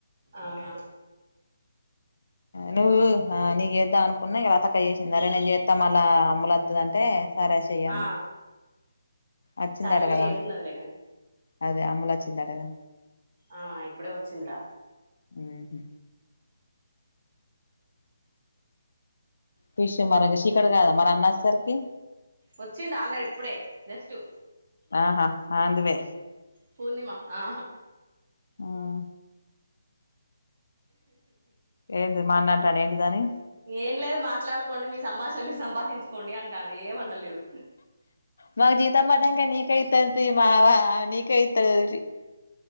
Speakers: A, on the right; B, on the left.
A: ఆహ
B: నువ్వు ఆ నీగ్ ఎద్దాం అను ఉన్నాయ్ కదా తక్క చేసింది అరే నేం చేత్తా అలా అమ్ములు వత్తది అంటే సరే చెయ్ అన్న
A: ఆ
B: అచ్చిందట
A: సరేలే
B: కదా
A: ఏమున్నదిలే కాని
B: అదే అమ్ములు వచ్చిందటగా?
A: ఆ ఇప్పుడే వచ్చిందిరా?
B: ఊహు ఫిష్ మరి చీకటి కాదా మరి అన్న అచ్చేసరికి
A: వచ్చిండు ఆల్డర్ ఇప్పుడే జస్టు
B: ఆహా ఆందివే
A: పూర్ణిమా ఆ
B: ఉమ్ ఏంటిది మా అన్న అంటాండు ఏంటిది అని
A: ఏం లేదు మాట్లాడుకోండి మీ సంభాషణ మీరు సంభాషించుకోండి అంటాండు ఏమంటలేడు
B: మాగ్ జీతమ్ పడ్డాంక నీకె ఇత్తాం తీ బావ నీకే ఇత్తర్రి.